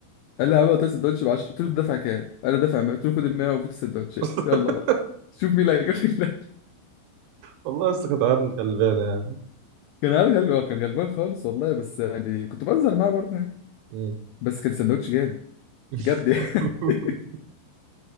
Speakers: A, on the left (about 85°); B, on the right (about 80°).
A: قال لي هبقى السندوتش ب 10 قلت له دافع كام؟ قال لي دافع 100 قلت له خد ال 100 وفي السندوتشات
B: <laughs>
A: يلا بقى شوف مين اللي هيجيب لك ده.
B: والله لسه كانت عيال غلبانه يعني
A: <laughs> كان هبل هو كان غلبان خالص والله بس يعني كنت بهزر معاه برضه يعني
B: مم.
A: بس كان سندوتش جامد
B: <laughs>
A: بجد يعني <laughs>